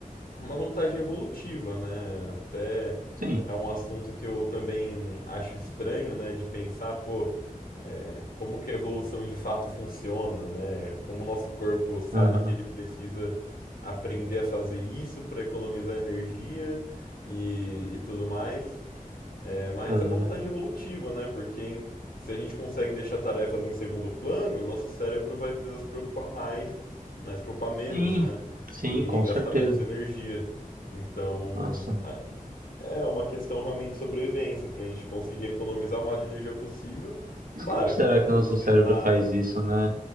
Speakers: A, on the left; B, on the right.
A: é uma vantagem evolutiva, né? Até
B: Sim.
A: é um assunto que eu também acho estranho, né, de pensar, pô. como que a evolução de fato funciona, né? Como o nosso corpo sabe
B: Aham.
A: que ele precisa aprender a fazer isso para economizar energia e, e tudo mais. É, mas
B: Aham.
A: é uma vantagem evolutiva, né? Porque em- se a gente consegue deixar tarefas em segundo plano, nosso cérebro vai precisar se preocupar mais, né? se preocupar menos,
B: Sim.
A: né?
B: Sim,
A: E
B: com
A: gastar
B: certeza.
A: menos energia. Então,
B: Nossa.
A: é uma questão realmente de sobrevivência, para a gente conseguir economizar o mais de energia possível.
B: Mas
A: Claro
B: como será
A: que quando
B: que o nosso
A: você
B: cérebro
A: tá,
B: faz isso, né?